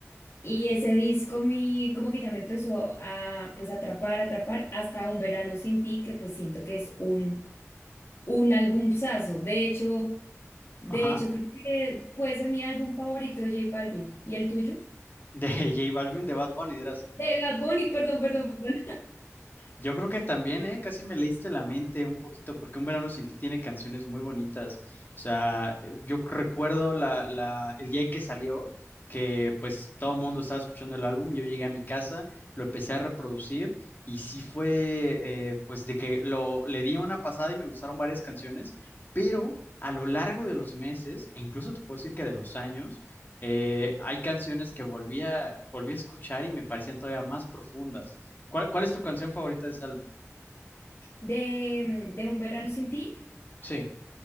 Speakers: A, on the left; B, on the left.
A: y ese disco mi, como que ya me empezó a pues atrapar, atrapar, hasta Un Verano Sin Ti, que pues siento que es un, un albumzazo. De hecho, de
B: ajá,
A: hecho, creo que puede ser mi álbum favorito de J Balvin. ¿Y el tuyo?
B: de <laughs> J Balvin, de Bad Bunny, dirás.
A: De Bad Bunny, perdón, perdón, perdón.
B: Yo creo que también, ¿eh? Casi me leíste la mente un poquito, porque Un Verano Sin Ti tiene canciones muy bonitas. O sea, eh, yo recuerdo la, la- el día que salió, que pues todo el mundo estaba escuchando el álbum, yo llegué a mi casa, lo empecé a reproducir y sí fue, eh, pues de que lo, le di una pasada y me gustaron varias canciones, pero a lo largo de los meses, e incluso te puedo decir que de los años, eh, hay canciones que volví a, volví a escuchar y me parecían todavía más profundas. ¿Cuál, cuál es tu canción favorita de ese álbum?
A: De, de Un Verano Sin Ti,
B: Sí,